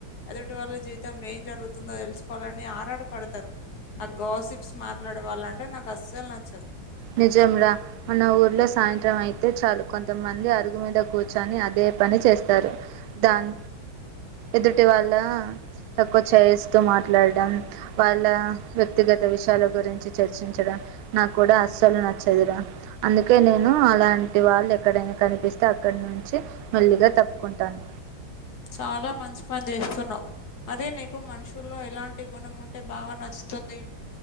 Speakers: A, on the left (about 55°); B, on the right (about 85°).
A: ఎదుటి వాళ్ళ జీవితం ఏం జరుగుతుందో తెలుసుకోవాలని ఆరాటపడతారు ఆ గాసిప్స్ మాట్లాడే వాళ్ళంటే నాకు అస్సలు నచ్చదు
B: నిజం రా మన ఊర్లో సాయంత్రం అయితే చాలు కొంతమంది అరుగు మీద కూర్చొని అదే పని చేస్తారు దాన్ ఎదుటి వాళ్ళ తక్కువ చేయిస్తూ మాట్లాడడం వాళ్ళ వ్యక్తిగత విషయాల గురించి చర్చించడం నాకూడా అసలు నచ్చదురా అందుకే నేను అలాంటి వాళ్ళు ఎక్కడైనా కనిపిస్తే అక్కడి నుంచి మెల్లిగా తప్పుకుంటాను
A: చాలా మంచి పని చేస్తున్నావ్ అరే నీకు మనుషుల్లో ఎలాంటి గుణం ఉంటే బాగా నచ్చుతుంది